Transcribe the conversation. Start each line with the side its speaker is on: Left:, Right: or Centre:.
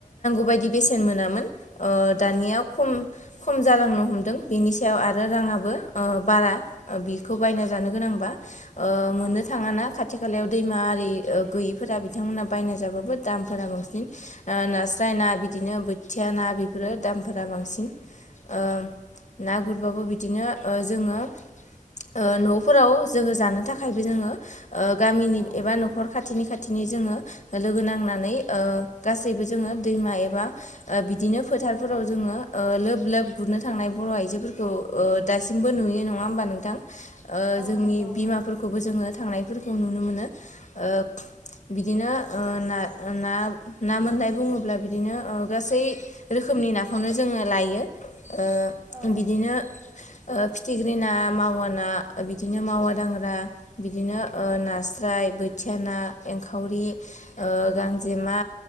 Left: बायदि बेसेन मोनामोन। ओ दानिया
Right: औ
Left: खम खम जालांनो हमदों बेनि सायाव आरो राङाबो ओ बारा बिखौ
Right: औ
Left: बायना जानो गोनांबा। ओ
Right: औ
Left: मोननो थाङाना खा थि खालायाव दैमा आरि ओ गैयिफोरा बिथांमोनहा बायना जाबाबो दामफोरा बांसिन। ओ नास्राय ना बिदिनो बोथिया ना बेफोरो दामफोरा बांसिन ओ ना गुरबाबो बिदिनो ओ जोङो ओ नफोराव जोङो जानो थाखायबो जोङो ओ गामिनि
Right: औ
Left: एबा नखर खा खाथिनि-खाथिनि जोङो लोगो नांनानै ओ गासैबो जोङो दैमा एबा ओ बिदिनो फोथारफोराव जोङो ओ लोब-लोब गुरनो थांनाय बर' आइजोफोरखौ दासिमबो नुयो नङा होमबा नोंथां। ओ
Right: औ
Left: जोंनि
Right: नंगौ
Left: बिमाफोरखौबो जोङो थांनायफोरखौ नुनो मोनो ओ बिदिनो ओ ना-ना ना मोननाय बुङोब्ला बिदिनो ओ गासै रोखोमनि नाखौनो जोङो लायो। ओ
Right: औ
Left: बिदिनो। ओ फिथिख्रि ना मावा ना ओ बिदिनो मावा दांग्रा बिदिनो ओ नास्राय बोथिया ना एंखावरि ओ गांजेमा।